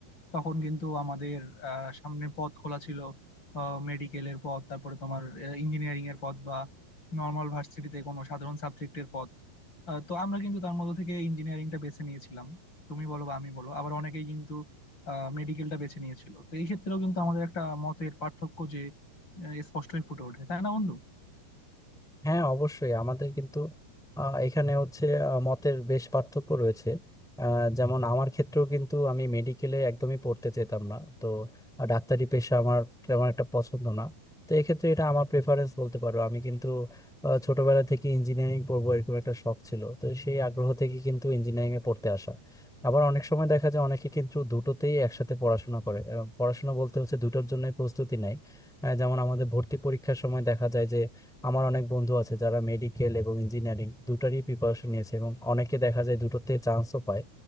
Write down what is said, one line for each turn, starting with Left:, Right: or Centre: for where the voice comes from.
Left: তখন কিন্তু আমাদের আহ, সামনে পথ খোলা ছিল মেডিকেলের পথ তারপরে তোমার ইঞ্জিনিয়ারিং এর পথ বা নর্মাল ভার্সিটিতে কোনো সাধারণ সাবজেক্টের পথ আহ, তো আমরা কিন্তু তার মধ্যে থেকে ইঞ্জিনিয়ারিংটা বেছে নিয়েছিলাম তুমি বলো বা আমি বলো আবার অনেকেই কিন্তু মেডিকেলটা বেছে নিয়েছিল তো এই ক্ষেত্রেও কিন্তু আমাদের একটা মতের পার্থক্য যে আহ, স্পষ্টই ফুটে ওঠে তাই না বন্ধু
Centre: হ্যাঁ অবশ্যই আমাদের কিন্তু আহ, এখানে হচ্ছে আহ, মতের বেশ পার্থক্য রয়েছে আহ, যেমন আমার ক্ষেত্রেও কিন্তু আমি মেডিকেলে একদমই পড়তে চেতাম না তো আহ, ডাক্তারি পেশা আমার তেমন একটা পছন্দ না তো এক্ষেত্রে এটা আমার প্রেফারেন্স বলতে পারো আমি কিন্তু আহ, ছোটবেলা থেকে ইঞ্জিনিয়ারিং পড়বো এরকম একটা শখ ছিল তো সেই আগ্রহ থেকে কিন্তু ইঞ্জিনিয়ারিং এ পড়তে আসা আবার অনেক সময় দেখা যায় অনেকে কিন্তু দুটোতেই একসাথে পড়াশোনা করে আহ, পড়াশোনা বলতে হচ্ছে দুটোর জন্য প্রস্তুতি নেয় আহ, যেমন আমাদের ভর্তি পরীক্ষার সময় দেখা যায় যে আমার অনেক বন্ধু আছে যারা মেডিকেল এবং ইঞ্জিনিয়ারিং দুটারই প্রিপারেশন নিয়েছে এবং অনেকে দেখা যায় দুটোতে চান্সও পায়